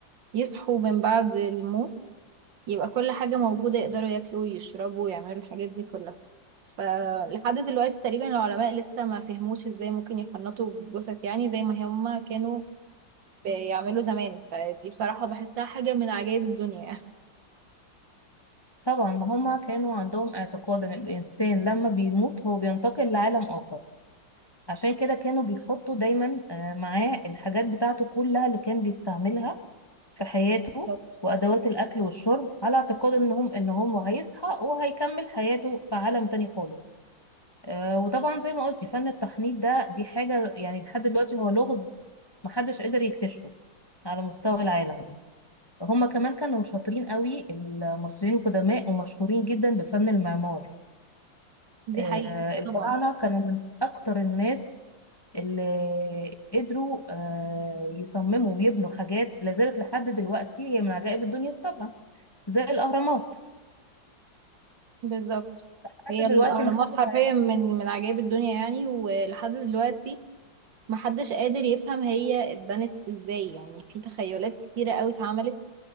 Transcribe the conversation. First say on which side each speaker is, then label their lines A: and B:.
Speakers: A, on the right (about 70°); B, on the left (about 20°).
A: يصحوا من بعد الموت يبقى كل حاجة موجودة يقدروا ياكلوا ويشربوا ويعملوا الحاجات دي كلها فلحد دلوقتي تقريبا العلماء لسه ما فهموش ازاي ممكن يحنطوا الجثث يعني زي ما هما كانوا بيعملوا زمان فدي بصراحة بحسها حاجة من عجائب الدنيا يعني
B: طبعا ما هم كانوا عندهم اعتقاد ان الانسان لما بيموت هو بينتقل لعالم اخر عشان كده كانوا بيحطوا دايما آه، معاه الحاجات بتاعته كلها اللي كان بيستعملها في حياته
A: بالظبط
B: وأدوات الأكل والشرب على اعتقاد إنهم إن هو هيصحى وهيكمل حياته في عالم تاني خالص آه، وطبعا زي ما قلتي فن التحنيط ده دي حاجة يعني لحد دلوقتي هو لغز محدش قدر يكتشفه على مستوى العالم هما كمان كانوا شاطرين قوي المصريين القدماء ومشهورين جدا بفن المعمار
A: دي
B: آه،
A: حقيقة
B: الفراعنة
A: طبعا
B: كانوا من أكتر الناس اللي قدروا آه، يصمموا ويبنوا حاجات لازالت لحد دلوقتي هي من عجائب الدنيا السبعة زي الأهرامات
A: بالظبط
B: لحد
A: هي الأهرامات
B: دلوقتي ما حدش
A: حرفيا
B: عارف
A: من من عجائب الدنيا يعني ولحد دلوقتي محدش قادر يفهم هي اتبنت ازاي يعني في تخيلات كتيرة قوي اتعملت